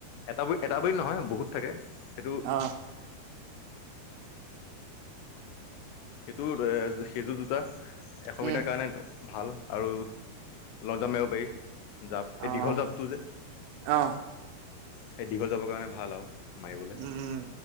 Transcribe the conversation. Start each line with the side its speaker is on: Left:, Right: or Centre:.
Left: এটা এটা বুলি নহয় বহুত থাকে সেইটো
Right: অ'।
Left: সেইটো সেইযোৰ জোতা এশ
Right: উম,
Left: মিটাৰৰ কাৰণে ভাল আৰু লং জাম্প মাৰিব পাৰি। জাপ এই
Right: অ',
Left: দীঘল জাপটো যে,
Right: অ',
Left: সেই দীঘল জাপৰ কাৰণে ভাল আৰু। মাৰিবলৈ
Right: উম